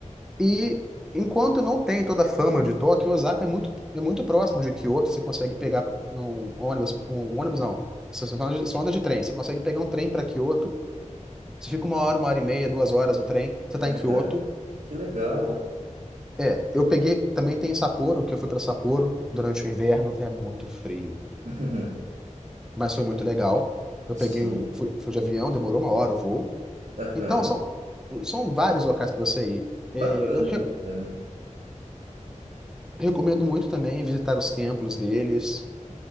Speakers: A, in the centre; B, on the right.
A: E enquanto não tem toda a fama de Tóquio, Osaka é muito, é muito próximo de Kyoto. Você consegue pegar um ônibus, um ônibus não. Você só anda de só anda de trem. Você consegue pegar um trem para Kyoto. Você fica uma hora, uma hora e meia, duas horas no trem. Você está
B: aham.
A: em Kyoto.
B: Que legal.
A: É, eu peguei. Também tem Sapporo, que eu fui pra Sapporo durante o inverno. É muito frio,
B: <laughs>
A: mas foi muito legal. Eu
B: Sim.
A: peguei, um- fui, fui de avião, demorou uma hora o voo.
B: Aham.
A: Então, são, são vários locais pra você ir. É,
B: Bacana,
A: eu re-
B: bacana.
A: recomendo muito também visitar os templos deles.